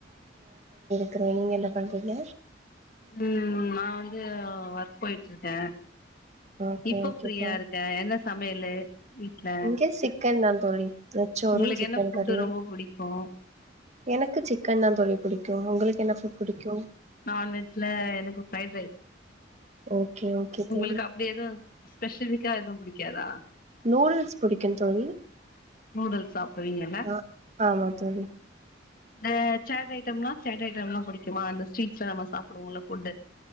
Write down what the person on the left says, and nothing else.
ம் நான் வந்து ஒர்க் போய்ட்டு இருக்கேன்
இப்போ
ஃப்ரீயா
இருக்கேன் என்ன சமையலு வீட்ல
உங்களுக்கு
என்ன ஃபுட்டு
ரொம்ப புடிக்கு
நான்வெஜ்ல எனக்கு ஃப்ரைட் ரைஸ்
உங்களுக்கு
அப்படி எதுவும் ஸ்பெசிபிக்கா எதுவும் புடிக் கே தான்
நூடுல்ஸ் சாப்படுவீங்கல்ல
இந்த சேட் ஐட்டம்லாம் சேட் ஐட்டம் எல்லாம் புடிக்குமா இந்த ஸ்ட்ரீட்ஸ்ல நம்ம சாப்பிடுவோம்ல ஃபுட்டு